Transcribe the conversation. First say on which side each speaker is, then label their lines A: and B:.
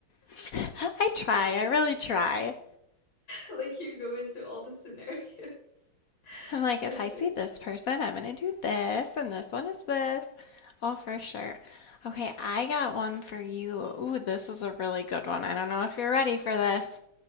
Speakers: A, on the left; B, on the left.
A: <laughs> I try, I really try.
B: Like, you go into all the scenarios. <laughs>
A: I'm like,
B: Perfect.
A: if I see this person, I'm gonna do this, and this one is this. Oh, for sure. Okay, I got one for you. Ooh, this is a really good one. I don't know if you're ready for this.